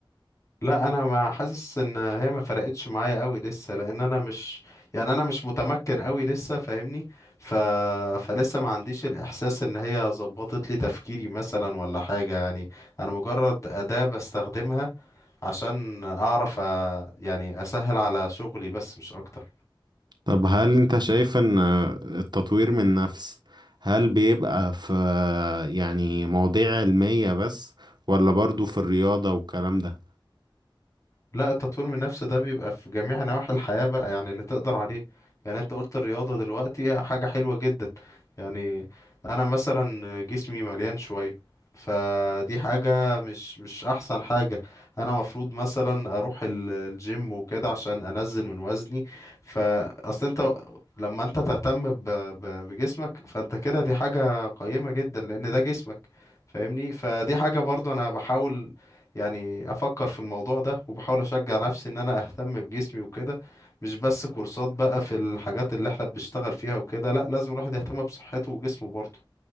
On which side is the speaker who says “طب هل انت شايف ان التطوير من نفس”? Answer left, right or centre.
Right